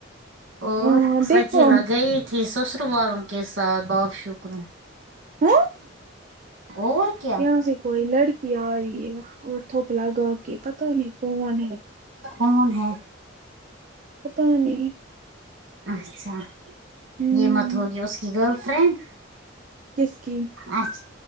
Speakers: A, on the right (about 75°); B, on the right (about 40°).
A: اور
B: ہاں دیکھو
A: سچی لگئی تھی سسر والوں کے ساتھ بہت شکرون
B: ہ
A: اور کیا
B: یہاں سے کوئی لڑکی آ رہی ہے اور تھوپ لا گا کے پتا نہیں کون ہے
A: کون ہے
B: پاتا نہیں
A: اچھا
B: ہ
A: یہ مت ہوگی اس کی گرل فرینڈ
B: کس کی
A: اچھ